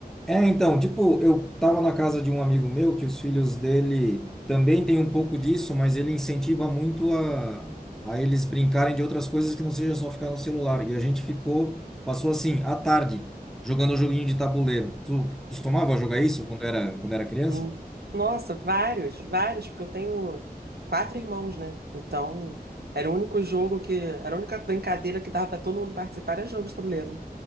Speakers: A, in the centre; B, on the right (about 80°).
A: É, então, tipo, eu tava na casa de um amigo meu que os filhos dele também tem um pouco disso, mas ele incentiva muito a, a eles brincarem de outras coisas que não seja só ficar no celular. E a gente ficou, passou assim, a tarde, jogando joguinho de tabuleiro. Tu costumava jogar isso quando era, quando era criança?
B: Hum. Nossa, vários, vários, porque eu tenho quatro irmãos, né? Então, era o único jogo que, era a única brincadeira que dava pra todo mundo participar, era jogo de tabuleiro.